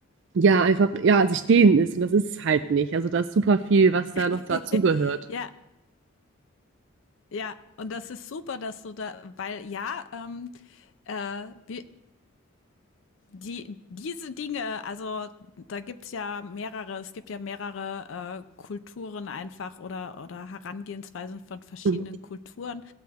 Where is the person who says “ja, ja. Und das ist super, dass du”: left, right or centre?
Left